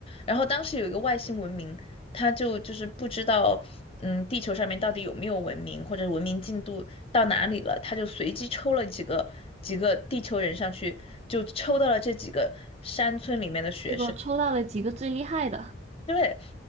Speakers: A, on the left (about 30°); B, on the right (about 35°).
A: 然后当时有一个外星文明，他就就是不知道，嗯，地球上面到底有没有文明，或者文明进度到哪里了，他就随机抽了几个几个地球人上去，就抽到了这几个山村里面的学生。
B: 结果抽到了几个最厉害的，
A: 对，